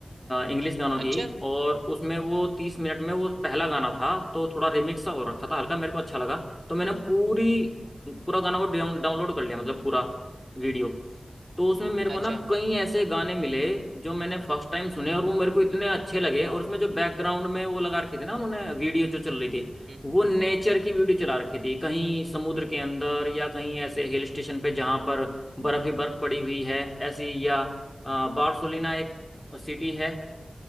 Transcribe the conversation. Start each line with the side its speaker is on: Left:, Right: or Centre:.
Left: इंग्लिश गानों की
Right: अच्छा
Left: और उसमें वो तीस मिनट में वो पहला गाना था तो थोड़ा रिमिक्स सा हो रखा था हल्का मेरे को अच्छा लगा तो मैंने पूरी पूरा गाना को डाउनलोड कर लिया मतलब पूरा वीडियो तो उसमें मेरे को
Right: अच्छा
Left: ना कई ऐसे गाने मिले जो मैंने फर्स्ट टाइम सुने और वो मेरे को इतने अच्छे लगे और उसमें जो बैकग्राउंड में वो लगा रखी थी ना उन्होंने वीडियो जो चल रही थी
Right: हम्म
Left: वो नेचर की वीडियो चला रखी थी कहीं समुद्र के अंदर या कहीं ऐसे हिल स्टेशन पे जहाँ पर बर्फ ही बर्फ पड़ी हुई है ऐसी या अ, बार्सोलिना एक सिटी है